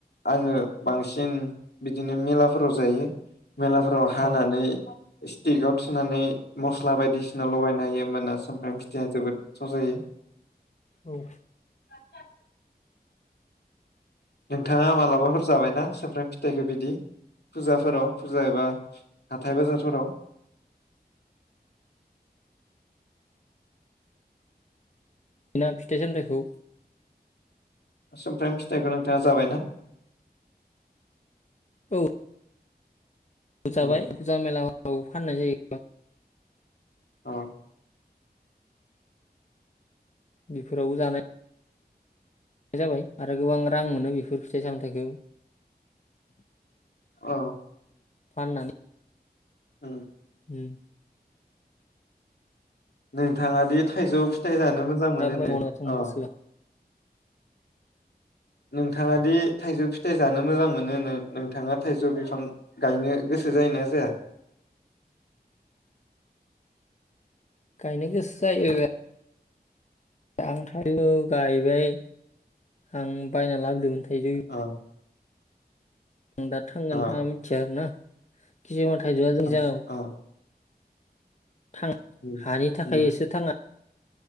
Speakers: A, on the left (about 80°); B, on the left (about 45°).
A: आङो बांसिन बिदिनो मेलाफोराव जायो मेलाफोराव हानानै
B: औ
A: स्टिकाव थुनानै मस्ला बायदिसि सिना लगायना होयो होमबाना सुमफ्राम फिथाइया जोबोद गोथाव जायो।
B: औ।
A: <inaudible> नोंथाङा मालाबाफोर जाबायना सुमफ्राम फिथ थाइखो बिदि फुजाफोराव फुजा एबा हाथाइ बाजारफोराव?
B: सिना फिथाइ सामथाइखौ।
A: सुमफ्राम फिथाइखौ नोंथाङा जाबायना?
B: औ। जाबाय
A: अ
B: फुजा मेलाफोराव फाननाय जायो।
A: अ।
B: बेफोरावबो जानाय जाबाय आरो गोबां रां मोनो बेफोर फिथाइ सामथाइखौ
A: अ।
B: फाननानै।
A: उम।
B: उम।
A: नोंथाङादि थाइजौ फिथाइ जानो मोजां मोनोनो
B: थाब मावना थांनो
A: अ
B: गोसोबा
A: नोंथाङा दि थाइजौ फिथाइ जानो मोजां मोनो नो नोंथाङा थाइजौ बिफां गायनो गोसो जायोना जाया
B: गायनो गोसो जायो। आं थाइजौ गायबाय आं बायना लाबोदोंमोन थाइजौ
A: अ
B: आं दा थांगोन
A: अ
B: थाङा मिथिया आरोना किसुमान थाइजौआ जोंनि
A: अ
B: जायगायाव
A: अ
B: थाङा
A: उम
B: हानि थाखायसो
A: उम
B: थाङा